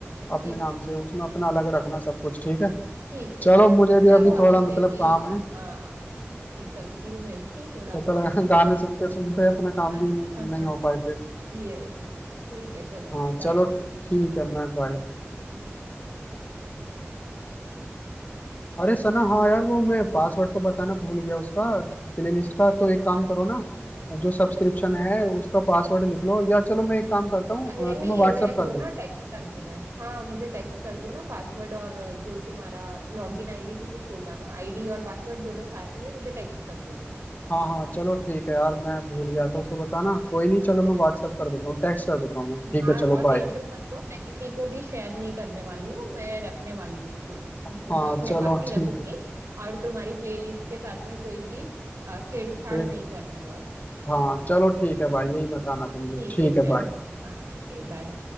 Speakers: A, on the left (about 35°); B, on the right (about 80°).
A: अपने
B: ठीक
A: नाम
B: है
A: से उसमें अपना अलग रखना सब कुछ ठीक है
B: ठीक है
A: चलो मुझे भी
B: चलो
A: अभी
B: अभी
A: थोड़ा मतलब
B: मैं भी
A: काम
B: हाँ
A: है
B: हाँ, निकलती हूँ मैं भी थोड़ा
A: पता
B: बाहर
A: लगा <laughs> गाने सुनते सुनते अपना काम
B: जाना
A: भी नहीं
B: <laughs>
A: नहीं हो पाए फिर
B: यस ठीक है चलो
A: हाँ
B: बाय
A: चलो ठीक है मैं बाय अरे सना हाँ यार वो मैं पासवर्ड तो बताना भूल गया उसका प्ले लिस्ट का तो एक काम करो ना जो सब्सक्रिप्शन है उसका पासवर्ड लिख लो या चलो मैं एक काम करता हूँ
B: अरे
A: अ, तुम्हें
B: नहीं
A: व्हाट्सअप
B: रहन
A: कर
B: दो
A: दूँ
B: ना टेक्स्ट कर देना हाँ मुझे टेक्स्ट कर दो ना पासवर्ड और अ, जो तुम्हारा लॉगिन आईडी भी कुछ होगा ना आईडी और पासवर्ड दोनों साथ में मुझे टेक्स्ट कर दो
A: हाँ हाँ चलो ठीक है यार मैं भूल गया था उसको बताना कोई नहीं चलो मैं व्हाट्सअप कर देता हूँ टेक्स्ट कर देता हूँ मैं ठीक
B: हाँ
A: है चलो
B: और टेंशन
A: बाय
B: मत लो मैं किसी को भी शेयर नहीं करने वाली हूँ मैं रखने वाली हूँ उसको
A: हाँ
B: <laughs> अपने
A: चलो
B: पास ही रखूंगी
A: ठीक
B: और तुम्हारी प्लेलिस्ट के साथ में कोई भी अ, छेड़छाड़
A: ठीक
B: नहीं करने वाली
A: हाँ चलो ठीक
B: ठीक
A: है भाई
B: है
A: यही बताना
B: ठीक
A: था मुझे ठीक
B: है
A: है
B: चलो
A: बाय
B: हाँ ओके बाय